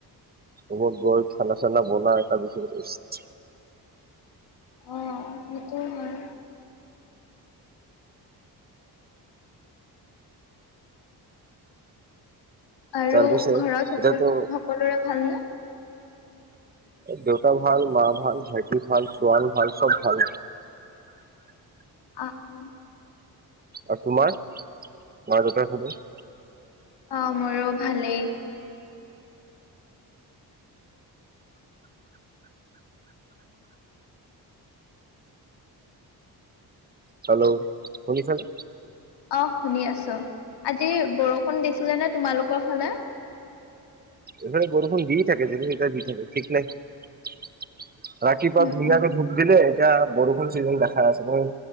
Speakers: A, on the right; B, on the left.
A: ৰোমত গৈ খানা চানা বনাই তাৰ পিছত ৰেষ্ট।
B: অ সেইটোও হয়। আৰু
A: তাৰপিছত
B: ঘৰত
A: এতিয়াতো
B: সকলো সকলোৰে ভালনে?
A: দেউতা ভাল মা ভাল ভাইটি ভাল চোৱান ভাল চব ভাল।
B: অ অ।
A: আৰু তোমাৰ মা দেউতাৰ খবৰ?
B: অ মোৰো ভালেই।
A: হেল্ল' শুনিছা নে?
B: অ শুনি আঊছো আজি বৰষুণ দিছিলে নে তোমালোকৰ ফালে?
A: এইফালে বৰষুণ দি থাকে যেতিয়া তেতিয়া দি থাকে ঠিক নাই। ৰাতিপুৱা
B: উম
A: ধুনীয়াকে
B: উম।
A: ধুপ দিলে এতিয়া বৰষুণ চিজন দেখা আছে।